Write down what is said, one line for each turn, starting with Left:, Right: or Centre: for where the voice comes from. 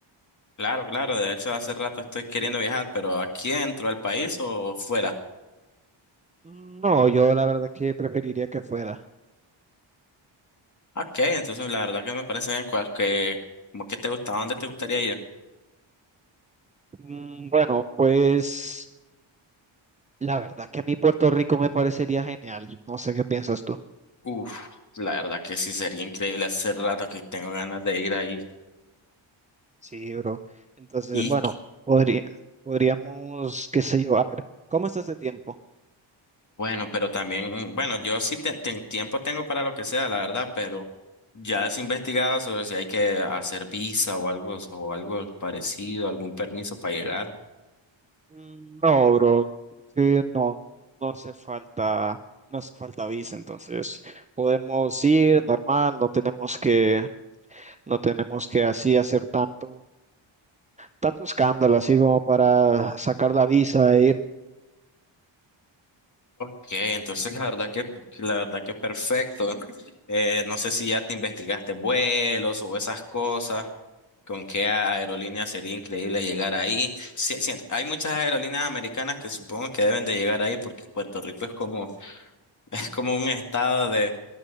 Left: Claro, claro, de hecho hace rato estoy queriendo viajar, pero aquí dentro del país o fuera.
Right: Mm, No, yo la verdad que preferiría que fuera.
Left: Ok, entonces la verdad que me parece bien cual- que, como que te gusta, ¿a dónde te gustaría ir?
Right: Mm, Bueno, pues la verdad que a mí Puerto Rico me parecería genial. No sé qué piensas tú.
Left: Uf, la verdad que sí sería increíble, hace rato que tengo ganas de ir ahí.
Right: Sí, bro. Entonces,
Left: Y
Right: bueno, podría, podríamos, qué sé yo, a ver, ¿cómo estás de tiempo?
Left: bueno, pero también, bueno, yo sí te- te- tiempo tengo para lo que sea, la verdad, pero ya has investigado sobre si hay que hacer visa o algo, o algo parecido, algún permiso para llegar.
Right: Mm, No, bro, creo que no, no hace falta, no hace falta visa, entonces podemos ir normal, no tenemos que, no tenemos que así hacer tanto, tanto escándalo, así como para sacar la visa e ir.
Left: Que entonces la verdad que la verdad que perfecto. Eh, no sé si ya te investigaste vuelos o esas cosas. ¿Con qué aerolínea sería increíble llegar ahí? Sí, sí, hay muchas aerolíneas americanas que supongo que deben de llegar ahí porque Puerto Rico es como <laughs> es como un estado de,